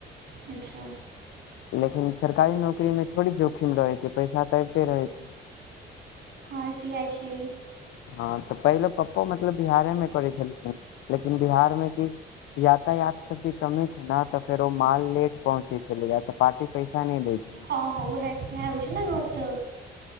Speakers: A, on the right; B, on the left.
A: अच्छा
B: लेकिन सरकारी नौकरी मे थोड़ी जोखिम रहै छै पैसा तऽ ऐबते रहै छै <inaudible>
A: हँ सियाइ छै
B: हँ तऽ पहिले पप्पो मतलब बिहारे मे करै छलखिन लेकिन बिहार मे कि यातायात सब के कमी छै ने ते फेरो माल लेट पहुंचे छलैया त पार्टी पैसा नै दै छैे
A: हं हं ओ हाइट के होइ छै ने ओत्त